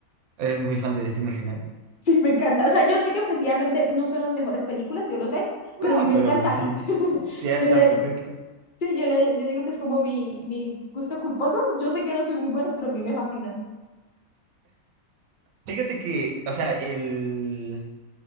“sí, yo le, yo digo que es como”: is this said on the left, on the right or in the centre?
Left